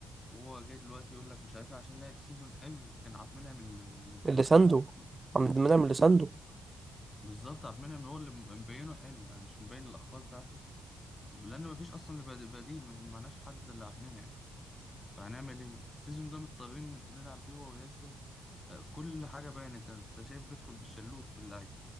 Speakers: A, on the left; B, on the right.
A: وهو جاي دلوقتي يقول لك مش عارف إيه عشان لعب سيزون حلو كان عبد المنعم اللي اللي مخليه
B: اللي سانده
A: حلو اصلا
B: عم بنعمل اللي سانده
A: بالظبط عبد المنعم هو اللي مبينه حلو يعني مش مبين الاخطاء بتاعته لان مفيش اصلا بد- بديل ما معناش حد الا عبد المنعم فهنعمل ايه السيزون ده مضطرين نلعب بيه هو وياسر كل حاجه بانت انت شايف بيدخل بالشلوت في اللعيب